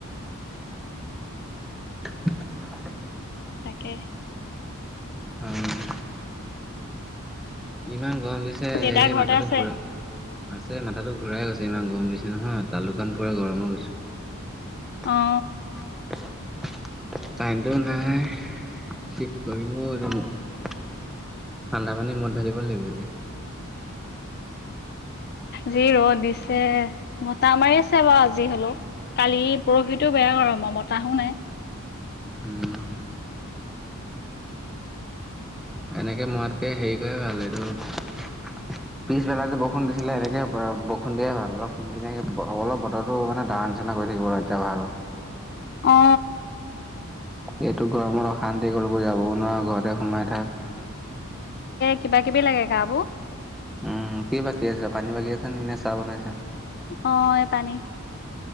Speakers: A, in the centre; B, on the left (about 45°).
A: <inaudible>
B: তাকে।
A: উম। ইমান গৰম দিছে
B: দেউতা
A: এই
B: ঘৰতে
A: মাথাটো
B: আছে
A: ঘূৰা আছে মাথাটো। ঘূৰাই গৈছে ইমান গৰম দিছে নহয়, তালুকান পোৰা গৰম হৈ গৈছে।
B: অ
A: <inaudible> <unintelligible> কাৰেন্ট তো নাই, কি কৰিম অ ঠাণ্ডা পানী মূৰত ঢালিব লাগিব এতিয়া।
B: যি ৰদ দিছে বতাহ মাৰি আছে বাৰু আজি হলেও। কালি পৰহিটো বেয়া গৰম আৰু বতাহো নাই।
A: উম। এনেকে মৰাতকৈ হেৰি কৰে ভাল এইটো পিছবেলা যে বৰষুন দিছিলে, এনেকে দিছিলে দিয়া ভাল। অলপ কিনি কিনে অলপ বতৰো মানে তাৰ নিচিনা কৰি থাকিব ৰ এতিয়া ভাল।
B: অ।
A: এইটো গৰমত অশান্তি কৰবাত যাবও নোৱাৰো ঘৰতে সোমাই থাক।
B: কিবা-কিবি লাগে গা বোৰ।
A: উম, কি বাকী আছে, পানী বাকী আছে নি, নেক ছাহ বনাইছ?
B: অ, এই পানী